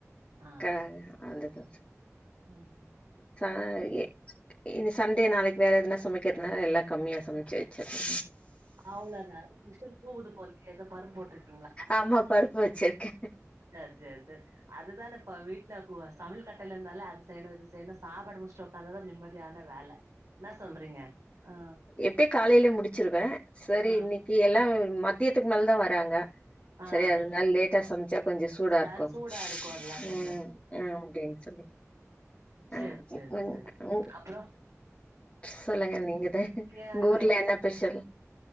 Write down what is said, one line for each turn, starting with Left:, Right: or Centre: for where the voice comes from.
Right: ஆ
Left: க அந்த இதா
Right: ம்
Left: காயே இது சண்டே நாளைக்கு வேற எதுனா சமைக்கிறதுனால எல்லா கம்மியா சமைச்சு வெச்சாச்சு
Right: அவ்ளதா விசில் கூவுது போலயே எதோ பருப்பு போட்ருக்கீங்ளா
Left: ஆமா பருப்பு வச்சிருக்கே
Right: சேரி சேரி சேரி அதுதான இப்ப வீட்ல கூ சமையல் கட்டுல இருந்தாலே அது செய்யணு இது செய்யணு சாப்பாடு முடிச்ட்டு ஒக்காந்தா தா நிம்மதியான வேல இன்ன சொல்றீங்க ஆ
Left: எப்பையு காலைலே முடிச்சிருவே செரி
Right: ஆ
Left: இன்னைக்கு எல்லா மத்தியத்துக்கு மேல தா வராங்க
Right: ஆ
Left: செரி அதனால் லேட்டா சமைச்சா கொஞ்ச சூடா
Right: சரி
Left: இருக்கும்
Right: சூடா இருக்குல்ல கொஞ்சோ
Left: ம் ஆ அப்டின் சொல்லி
Right: சேரி
Left: ஆ
Right: சேரி
Left: ம்
Right: சேரி
Left: ம்
Right: அப்றோ
Left: சொல்லுங்க நீங்கதா
Right: நீங்க
Left: உங்க
Right: வே
Left: ஊர்ல
Right: வே
Left: என்ன பெஷல்